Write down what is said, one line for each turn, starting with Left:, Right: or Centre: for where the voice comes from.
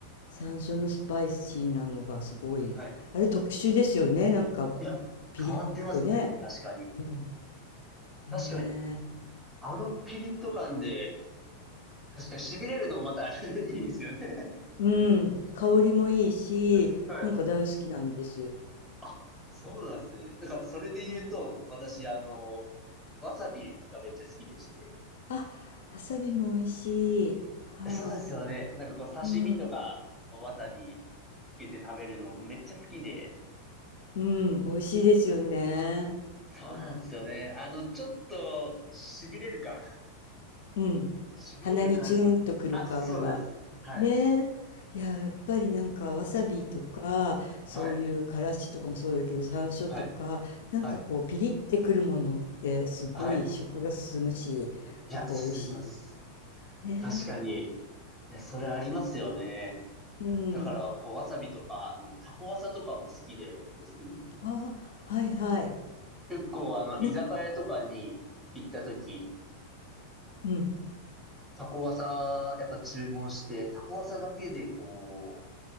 Left: 山椒のスパイシーなのがすごい。
Centre: はい。
Left: あれ特殊ですよね。なんか
Centre: いや、
Left: ピリッとね。
Centre: 変わってます。確かに。
Left: うん。
Centre: 確かに。
Left: ねえ。
Centre: あのピリッと感で、確かに痺れるのまた <laughs> いいですよね。
Left: うん。香りもいいし、
Centre: <laughs> はい。
Left: なんか大好きなんです。
Centre: あ、そうなんですね。なんか、それで言うと、
Left: うん
Centre: 私、あの、わさびがめっちゃ好きでして。
Left: あ、わさびも美味しい。はい。
Centre: そうですよね。なんかこう、刺身とか、
Left: うん、
Centre: わさびつけて食べるのめっちゃ好きで。
Left: うん、美味しいですよね。
Centre: そうなんですよね。あの、ちょっと、痺れる感。
Left: うん、
Centre: 痺れる感。
Left: 鼻にツーンとくる感が。
Centre: あ、そうです。はい。
Left: ねえ。いや、
Centre: ん
Left: やっぱりなんかわさびとか、そういうからしとかもそうだけど、
Centre: はい。
Left: 山椒とか、
Centre: はい。
Left: なんかこう、
Centre: はい。
Left: ピリってくるものってすごい食が進むし、
Centre: はい。いや、
Left: なんか美味し
Centre: 進みます。
Left: い。ね
Centre: 確かに。いや、それありますよね。
Left: え。うん。
Centre: だから、こう、わさびとか、あの、タコわさとかも好きでですね。
Left: ああ、はいはい。
Centre: 結構、あの、居酒屋とかに行った時、
Left: な、うん。
Centre: タコワサ、やっぱ注文して、タコワサだけで、こ